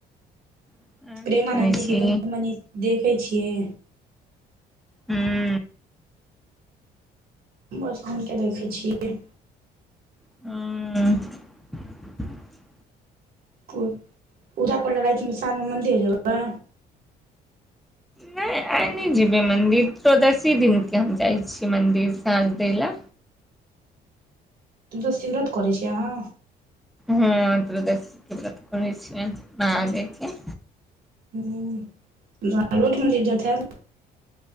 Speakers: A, in the centre; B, on the right.
A: अहाँ नहि
B: प्रेमानन्द
A: सुनै छी
B: जीके कनि -मनि देखै छियै।
A: हू।
B: बस हुँन के देखै छियै।
A: हुँ।
B: कुर पूजा करै लेल रातिमे, साँझमे मन्दिर जेबै।
A: नहि आइ नहि जेबै मन्दिर, त्रोदसि दिनके हम जाइ छियै मन्दिर साँझ दै लऽ।
B: त्रोदसी व्रत करै छी अहा?
A: ह त्रोदसि के व्रत कोरइ छिय, महादेव के।
B: ह, अहाँ रोज मन्दिर जायत हेब।